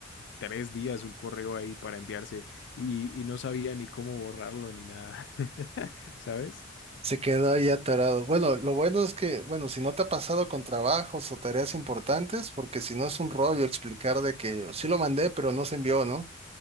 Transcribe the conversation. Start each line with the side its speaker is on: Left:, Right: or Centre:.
Left: tres días un correo ahí para enviarse y, y no sabía ni cómo borrarlo ni nada, <laughs> ¿sabes?
Right: Se quedó ahí atorado. Bueno, lo bueno es que, bueno, si no te ha pasado con trabajos o tareas importantes, porque si no es un rollo explicar de que sí lo mandé, pero no se envió, ¿no?